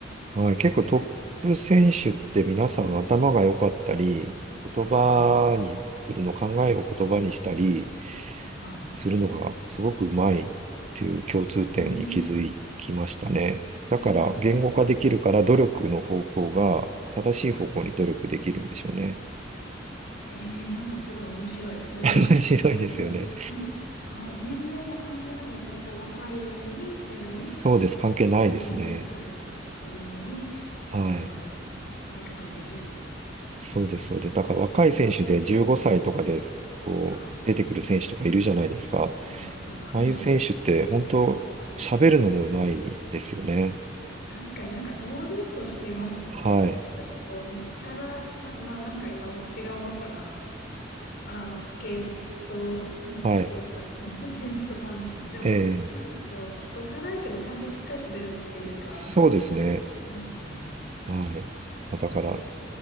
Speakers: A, on the right (about 35°); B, on the left (about 55°).
A: はい。結構トップ選手って皆さん頭が良かったり、言葉にするの、
B: はい。
A: 考えを言葉にしたり、
B: はい。
A: するのがすごくうまいっていう共通点に気づきましたね。
B: うん。
A: だから言語化できるから努力の方向が正しい方向に努力できるんでしょうね。
B: ええ、ええはい。ええなんかすごい面白い。それはなんか、
A: <laughs> 面白いですよね。
B: もうね、はい、年齢も関係なく、やっぱりこう、若いなりに、それなりに、
A: そうです。関係ないですね。
B: これねじゃないけど、そういうふうに
A: はい。
B: 言語化できる、明確にできるっていう感じなんですね。
A: そうです、そうです。だから若い選手で15歳とかでこう出てくる選手とかいるじゃないですか。
B: はい。います。はい。
A: ああいう選手って本当喋るのもうまいですよね。
B: 確かになんか堂々としてますね。
A: はい。
B: ちょっとこう、チャラ、チャ、まあなんか今私が思ったのは、あの、スケート、んスケーターの選手とかなんですけど、
A: はい。
B: でも、
A: えー
B: なんでしょう、ごちゃらいけど、ちゃんとしっかり喋るっていうか、
A: そうですね。
B: うんね。
A: はい。だから、